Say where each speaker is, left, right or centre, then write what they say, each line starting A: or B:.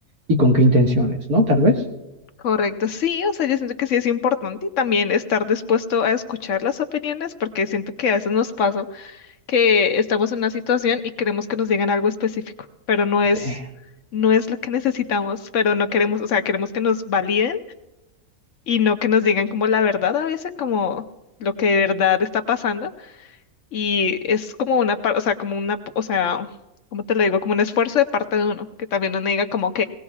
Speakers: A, on the right; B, on the left.
A: y con qué intenciones, ¿no? Tal vez.
B: Correcto, sí, o sea, yo siento que sí es importante y también estar dispuesto a escuchar las opiniones porque siento que a veces nos pasa que estamos en una situación y queremos que nos digan algo específico, pero no es,
A: Eh,
B: no es lo que necesitamos, pero no queremos, o sea, queremos que nos validen y no que nos digan como la verdad a veces, como lo que de verdad está pasando y es como una, par- o sea, como una, o sea, ¿cómo te lo digo? Como un esfuerzo de parte de uno, que también uno diga como, ok,